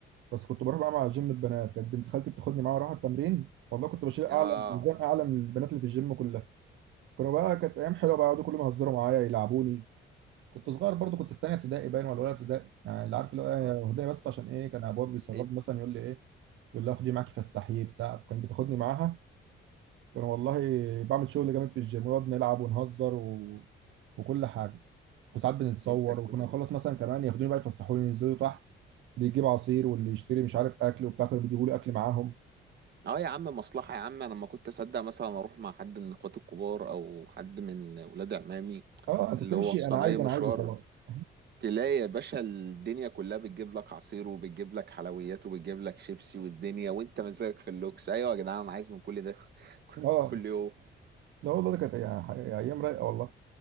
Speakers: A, on the right; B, on the right.
A: بس كنت بروح بقى مع جيم البنات كانت بنت خالتي بتاخدني معاها اروح التمرين والله كنت بشيل اعلى
B: اه
A: ميزان اعلى من البنات اللي في الجيم كلها كانوا بقى كانت ايام حلوه بقى يقعدوا كل ما يهزروا معايا يلعبوني كنت صغير برضو كنت في تانية ابتدائي باين ولا اولى ابتدائي يعني اللي عارف اللي هو إيه،
B: اه
A: هديه بس عشان ايه كان ابويا بيسرب
B: انت
A: مثلا يقول لي ايه يقول لي خدي معاكي فسحيه بتاع كان بتاخدني معاها كان والله بعمل شغل جامد في الجيم ونقعد نلعب ونهزر و... وكل حاجه وساعات بنتصور
B: انت كنت
A: وكنا
B: م-
A: نخلص مثلا كمان ياخدوني بقى يفسحوني ينزلوا تحت اللي يجيب عصير واللي يشتري مش عارف اكل وبتاع كانوا بيجيبوا لي اكل معاهم
B: اه يا عم مصلحة يا عم انا لما كنت اصدق مثلا اروح مع حد من اخواتي الكبار او حد من ولاد عمامي
A: اه انت
B: اللي
A: تمشي
B: هو اصلا
A: انا عايز
B: اي مشوار
A: انا عايز وخلاص
B: تلاقي يا باشا الدنيا كلها بتجيب لك عصير وبتجيب لك حلويات وبتجيب لك شيبسي والدنيا وانت مزاجك في اللوكس ايوه يا جدعان انا عايز من كل ده <laughs>
A: <laughs> اه
B: كل يوم
A: لا والله ده كانت يعني حاجة- ايام رايقه والله